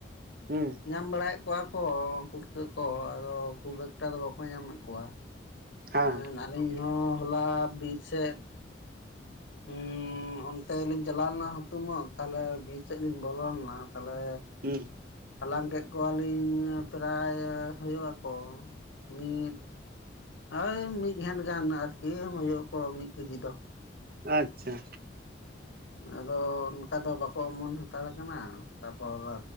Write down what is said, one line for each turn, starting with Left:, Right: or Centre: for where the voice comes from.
Right: ᱦᱩᱸ ᱾
Left: ᱧᱟᱢ ᱵᱟᱲᱟᱭᱮᱫ ᱠᱚᱣᱟ ᱠᱚ ᱯᱷᱩᱴᱠᱟᱹ ᱠᱚ, ᱟᱫᱚ ᱠᱷᱩᱵ ᱮᱠᱴᱟ ᱫᱚ ᱵᱟᱠᱚ ᱧᱟᱢᱮᱫ ᱠᱚᱣᱟ ᱾
Right: ᱦᱮᱸ
Left: ᱮᱸ ᱟᱹᱞᱤᱧ ᱦᱚᱸ ᱦᱚᱞᱟ ᱵᱤᱨ ᱥᱮᱫ ᱦᱩᱸ, ᱚᱱᱛᱮ ᱞᱤᱧ ᱪᱟᱞᱟᱣ ᱞᱮᱱᱟ ᱦᱩᱛᱩᱢᱚᱜ, ᱛᱟᱦᱚᱞᱮ ᱵᱤᱨ ᱥᱮᱫ ᱞᱤᱧ ᱵᱚᱞᱚ ᱞᱮᱱᱟ, ᱛᱟᱦᱚᱞᱮ
Right: ᱦᱩᱸ ᱾
Left: ᱦᱟᱞᱟᱝ ᱠᱮᱫ ᱠᱚᱣᱟᱞᱤᱧ ᱯᱨᱟᱭ ᱦᱩᱭᱩᱜ ᱟᱠᱚ ᱢᱤᱫ ᱳᱭ ᱢᱤᱫ ᱜᱷᱮᱱᱸᱴ ᱜᱟᱱ ᱟᱨᱠᱤ, ᱦᱩᱭᱩᱜ ᱟᱠᱚ ᱢᱤᱫ ᱠᱮᱡᱤ ᱫᱚ ᱾
Right: ᱟᱪᱪᱷᱟ ᱾
Left: ᱟᱫᱚ ᱚᱱᱠᱟ ᱫᱚ ᱵᱟᱠᱚ ᱚᱢᱚᱱ ᱦᱟᱛᱟᱲ ᱟᱠᱟᱱᱟ, ᱛᱟᱯᱚᱨ